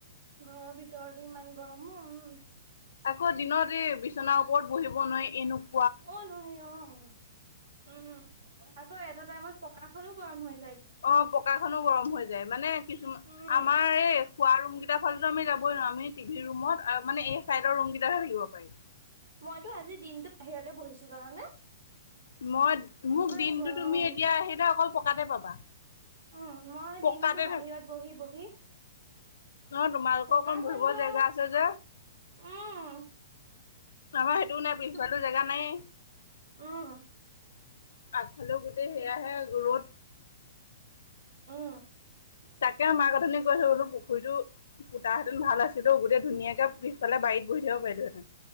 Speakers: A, on the right; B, on the left.
A: ঘৰৰ ভিতৰতো ইমান গৰমো উম।
B: আকৌ দিনত এই বিচনাৰ ওপৰত বহিব নোৱাৰি এনেক
A: অ'নোৱাৰি অ', উম, আকৌ এটা টাইমত পকাখনো গৰম হৈ যায়।
B: অ', পকাখনো গৰম হৈ যায়, মানে কিছুমান
A: উম,
B: আমাৰ এই খোৱা ৰুম কেইটাৰ ফালতো আমি যাব। আমি টিভি ৰুমত এই চাইদৰ ৰুমত হে থিব পাৰি।
A: মইতো আজি দিনটো বাহিৰতে বহিছো জানানে।
B: মই মোক
A: ইমান
B: দিনটো
A: গৰম।
B: তুমি এতিয়া আহিলে অকল পকাতে পাবা।
A: উম, মই
B: পকাতে
A: দিনতটো বাহিৰত বহি, বহি।
B: অ', তোমালোকৰ
A: পকাখনতো
B: অকণ বহিব জেগা
A: আৰু
B: আছে যে।
A: উম
B: আমাৰ সেইটোও নাই পিছফালেটো
A: তুম
B: জেগা নাইয়েই।
A: উম
B: আগফালেও গোটেই
A: তুম
B: সেয়াহে ৰ'দ।
A: উম
B: তাকে মাক উঠনি কৈছোঁ বুলো। পুখুৰীতো পুতাহেঁতেন ভাল আছিলে, গোটেই ধুনীয়াকে পিছফালে বাৰীত বহি থাকিব পাৰিলোঁহেতেন।